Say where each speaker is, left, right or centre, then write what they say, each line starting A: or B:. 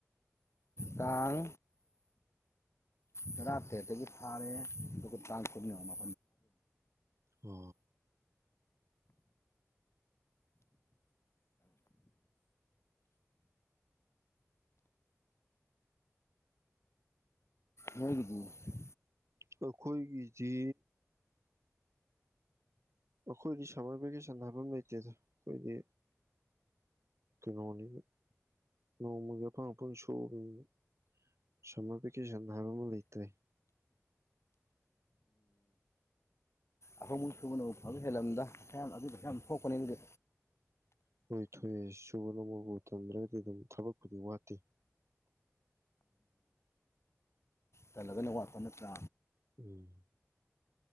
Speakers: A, on the left; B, on the right.
A: ꯇꯥꯡ ꯀꯔꯇ ꯑꯗꯨꯕꯨ ꯊꯥꯔꯦ ꯑꯗꯨ ꯇꯥꯡ ꯄꯅꯤꯗꯅꯤ
B: ꯑ
A: ꯂꯩꯣꯏ ꯀ
B: ꯑꯩꯈꯣꯏꯒꯤꯁꯤ ꯑꯩꯈꯣꯏꯗꯤ ꯁꯝꯃꯔ ꯚꯦꯀꯦꯁꯟ ꯍꯥꯏꯕ ꯑꯃ ꯂꯩꯇꯦꯗ ꯑꯩꯈꯣꯏꯗꯤ ꯀꯩꯅꯣꯅꯤꯅ ꯅꯣꯡꯃꯒꯤ ꯑꯐꯪ ꯑꯐꯪ ꯁꯣꯛꯑꯕꯅꯤꯅ ꯁꯝꯃꯔ ꯚꯦꯀꯦꯁꯟ ꯍꯥꯏꯕ ꯑꯃ ꯂꯩꯇ꯭ꯔꯦ
A: ꯑꯩꯐ ꯃ ꯁꯕꯅꯐꯥꯁꯨ ꯍꯦꯜꯂꯝꯗꯥꯗ ꯐꯣꯈꯣꯟꯅꯦꯒꯗꯦ
B: ꯍꯣꯏ ꯊꯣꯛꯣꯏꯑꯦ ꯁꯨꯕ ꯅꯣꯝꯕꯕꯨ ꯇꯝꯗ꯭ꯔꯒꯗꯤ ꯑꯗꯨꯝ ꯊꯕꯛꯄꯨꯗꯤ ꯋꯥꯠꯇꯦ
A: ꯇꯂꯒꯅ ꯋꯥꯄꯅꯠꯇ
B: ꯎꯝ